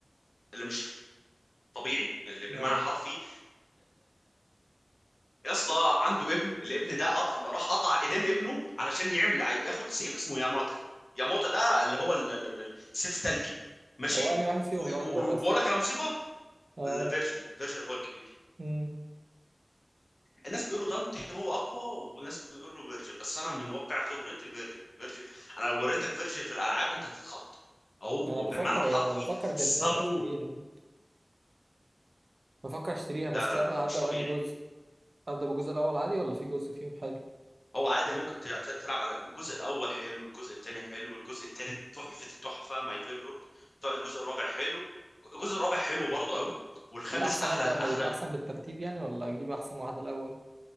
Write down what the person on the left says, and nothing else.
اللي مش طبيعي اللي بالمعنى
حرفي يا اسطى
عنده ابن الابن ده قطع راح قطع ايدين ابنه علشان يعمل ياخد سيف اسمه ياماتا ياماتا ده اللي هو ال- ال- ال- سيف تلجي ماشي
و- و-
واقول لك على مصيبه
فيرجل فيرجل هو الكبير
الناس بيقولوا دانتي هو اقوى وناس بيقولوا فيرجل بس انا من واقع خبرتي فيرجل فيرجل انا لو وريتك فيرجل في الالعاب انت تتخض هو
بالمعنى الحرفي
سامو
لا لا
لا
لا، مش طبيعي
هو عادي ممكن تلع- تلعب على الجزء الاول حلو الجزء الثاني حلو الجزء الثالث تحفه التحفه ماي فيفورت الجزء الرابع حلو الجزء الرابع حلو برضو قوي والخامس
احلى
احلاهم